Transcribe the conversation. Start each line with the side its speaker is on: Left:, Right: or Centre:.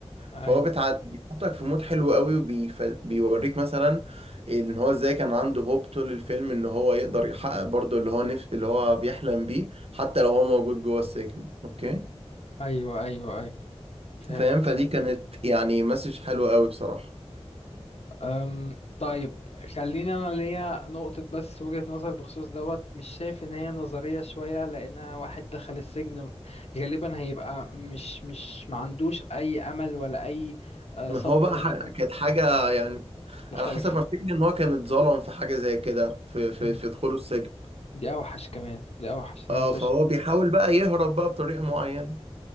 Left: ايوه
Right: فهو بتع... بيحطك في مود حلو قوي وبيوريك مثلا ان هو ازاي كان عنده هوب طول الفيلم ان هو يقدر يحقق برضه اللي هو نف... اللي هو بيحلم بيه حتى لو هو موجود جوه السجن اوكي
Left: ايوه ايوه ايوه فهمت
Right: فاهم فدي كانت يعني مسج حلوة قوي بصراحة
Left: أم طيب خليني انا ليا نقطة بس وجهة نظر بخصوص دوت مش شايف ان هي نظرية شوية لان واحد دخل السجن غالبا هيبقى مش مش ما عندوش اي امل ولا اي آه،
Right: ما
Left: صبر
Right: هو بقى
Left: لأي
Right: ح-
Left: حاجة.
Right: كانت حاجة يعني
Left: مختلف
Right: على حسب ما افتكر ان هو كان اتظلم في حاجة زي كده في في
Left: مم.
Right: في دخوله السجن
Left: دي اوحش كمان دي اوحش ان
Right: اه
Left: هو يخش
Right: فهو بيحاول بقى يهرب بقى بطريقة معينة